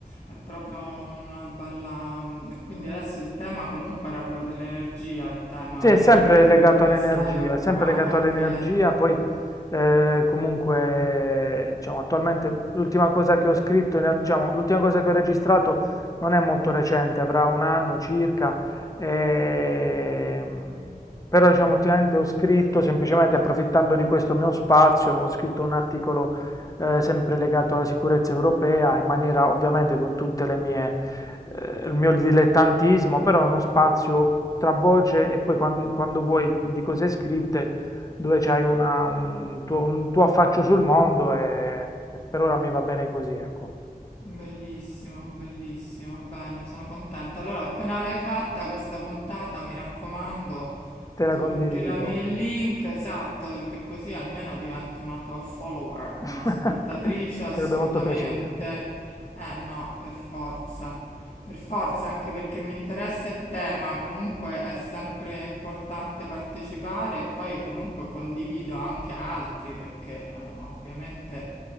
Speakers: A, on the left; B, on the left.
A: è proprio una bella... e Quindi adesso il tema comunque era quello dell'energia, il tema
B: Sì,
A: de-
B: è sempre
A: de-
B: legato
A: di cui ti
B: all'energia,
A: stai occupando.
B: è sempre legato
A: Ok,
B: all'energia, poi eh, comunque diciamo attualmente l'ultima cosa che ho scritto, in real- diciamo l'ultima cosa che ho registrato non è molto recente, avrà un anno circa, ehm, però diciamo ultimamente ho scritto semplicemente approfittando di questo mio spazio, ho scritto un articolo eh, sempre legato alla sicurezza europea in maniera ovviamente con tutte le mie eh, il mio dilettantismo, però è uno spazio tra voce e poi quan- quando, vuoi di cose scritte dove c'hai una- un, tuo, un tuo affaccio sul mondo e, e per ora mi va bene così, ecco.
A: bellissimo, bellissimo, bene, sono contenta. Allora, appena l'hai fatta questa puntata, mi raccomando,
B: Te la
A: Tu
B: condivido.
A: girami il link, esatto, perché così almeno divento una tua follower,
B: <laughs>
A: un'ascoltatrice assolutamente.
B: Mi farebbe molto piacere.
A: Eh no, per forza. Per forza, anche perché mi interessa il tema, comunque è sempre importante partecipare e poi comunque condivido anche altri perché eh, ovviamente